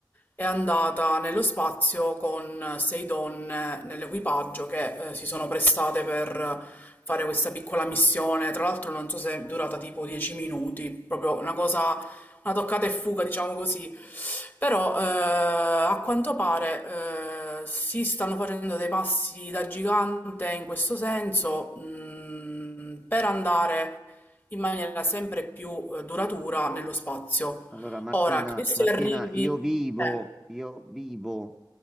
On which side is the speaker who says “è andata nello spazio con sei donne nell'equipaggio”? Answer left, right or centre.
Left